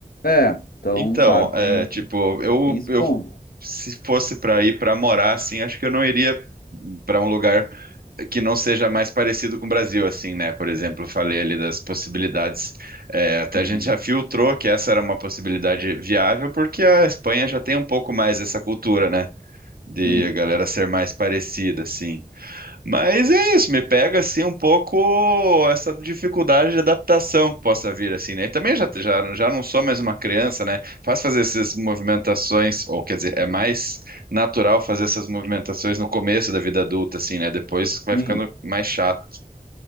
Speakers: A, on the left (about 80°); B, on the right (about 80°).
A: É, então,
B: Então,
A: sabe,
B: é,
A: tem,
B: tipo, eu,
A: tem esse
B: eu
A: ponto.
B: se fosse pra ir pra morar, assim, acho que eu não iria pra um lugar que não seja mais parecido com o Brasil, assim, né? Por exemplo, eu falei ali das possibilidades. é, até
A: Uhum.
B: a gente já filtrou que essa era uma possibilidade viável, porque a Espanha já tem um pouco mais dessa cultura, né? De
A: Sim,
B: a galera ser mais parecida, assim. Mas é isso, me pega assim um pouco essa dificuldade de adaptação que possa vir assim, né? E também já, já, já não sou mais uma criança, né? Faz fazer essas movimentações, ou quer dizer, é mais natural fazer essas movimentações no começo da vida adulta, assim, né? Depois vai
A: sim.
B: ficando mais chato.